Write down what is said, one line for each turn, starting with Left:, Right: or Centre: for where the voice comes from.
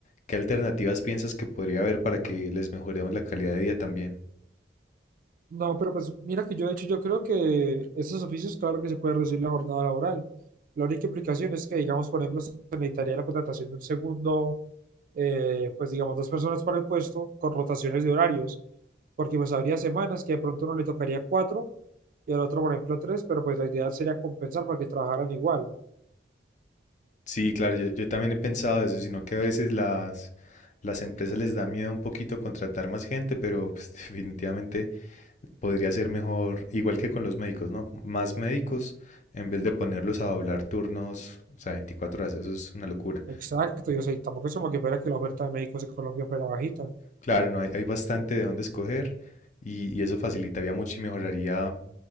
Left: ¿Qué alternativas piensas que podría haber para que les mejoremos la calidad de vida también?
Right: No, pero pues mira que yo de hecho yo creo que esos oficios, claro que se puede reducir la jornada laboral. La única implicación es que, digamos, por ejemplo, se necesitaría la contratación de un segundo, eh, pues digamos, dos personas para el puesto con rotaciones de horarios, porque pues habría semanas que de pronto uno le tocaría cuatro y al otro, por ejemplo, tres, pero pues la idea sería compensar para que trabajaran igual.
Left: Sí, claro, yo, yo también he pensado eso, sino que a veces las, las empresas les da miedo un poquito contratar más gente, pero pues, <laughs> definitivamente podría ser mejor, igual que con los médicos, ¿no? Más médicos en vez de ponerlos a doblar turnos, o sea, 24 horas, eso es una locura.
Right: Exacto, yo sé, tampoco es como que fuera que la oferta de médicos en Colombia fuera bajita.
Left: Claro, no, hay, hay bastante de dónde escoger y, y eso facilitaría mucho y mejoraría